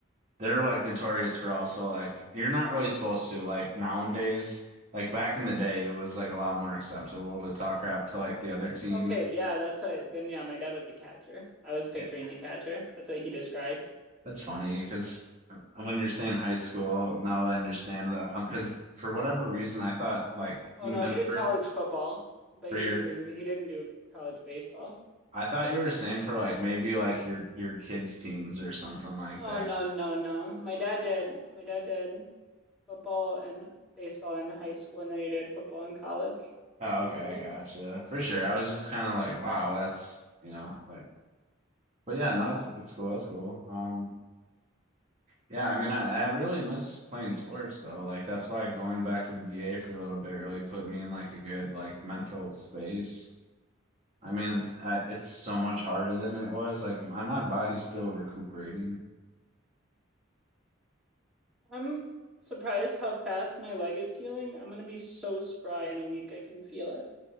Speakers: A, on the right; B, in the centre.
A: They're like notorious for also like you're not really supposed to like nowadays. Like back in the day, it was like a lot more acceptable to talk crap to like the other team.
B: Okay, yeah, that's what. Then, yeah, my dad was the catcher. I was picturing
A: Yeah.
B: the catcher. That's what he described.
A: That's funny because when you're saying high school, now I understand that um, because for whatever reason, I thought like
B: Oh
A: you
B: no,
A: meant
B: he did
A: for
B: college football, but
A: for
B: he
A: your.
B: didn't do he didn't do college baseball.
A: I thought you were saying for like maybe like your your kids' teams or something like
B: Oh
A: that.
B: no, no, no. My dad did. My dad did football and baseball in high school, and then he did football in college,
A: Oh,
B: basically.
A: okay, I gotcha. For sure.
B: Mhm.
A: I was just kind of like, wow, that's you know like, but yeah, no, it's it's cool. That's cool. Um. Yeah, I mean, I, I really miss playing sports though. Like that's why going back to the VA for a little bit really put me in like a good like mental space. I mean, I, it's so much harder than it was. Like my, my body's still recuperating.
B: I'm surprised how fast my leg is healing. I'm gonna be so spry in a week. I can feel it.